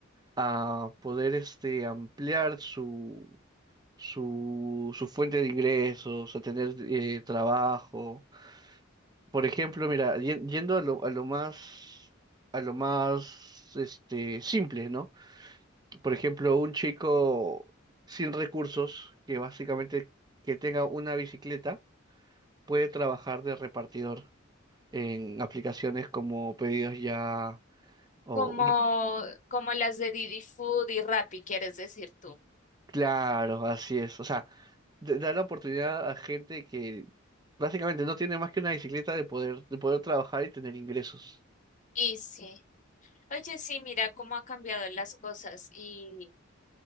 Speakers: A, on the right; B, on the left.
A: a poder, este, ampliar su, su, su fuente de ingresos, a tener eh, trabajo por ejemplo, mira, yen- yendo a lo, a lo más, a lo más, este, simple, ¿no? Por ejemplo, un chico sin recursos, que básicamente que tenga una bicicleta, puede trabajar de repartidor en aplicaciones como Pedidos Ya o...
B: Como, como las de Didi Food y Rappi, quieres decir tú.
A: Claro, así es. O sea, d- da la oportunidad a gente que básicamente no tiene más que una bicicleta de poder, de poder trabajar y tener ingresos.
B: Y sí. Oye, sí, mira cómo ha cambiado las cosas y,